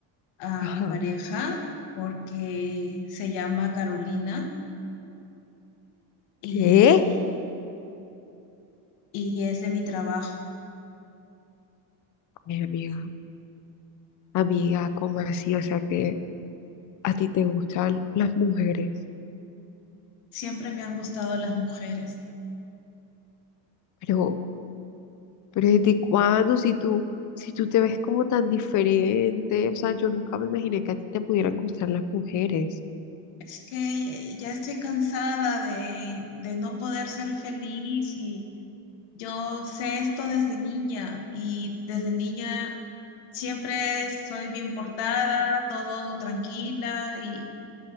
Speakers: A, on the left; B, on the left.
A: a
B: Ajá,
A: mi pareja porque se llama Carolina y,
B: ¿qué?
A: y es de mi trabajo.
B: Ay, amiga, amiga, ¿cómo así? O sea, que a ti te gustan las mujeres.
A: Siempre me han gustado las mujeres.
B: Pero, Pero ¿desde cuándo? Si tú, si tú te ves como tan diferente, o sea, yo nunca me imaginé que a ti te pudieran gustar las mujeres.
A: Es que ya estoy cansada de, de no poder ser feliz y yo sé esto desde niña y desde niña siempre soy bien portada, todo tranquila y,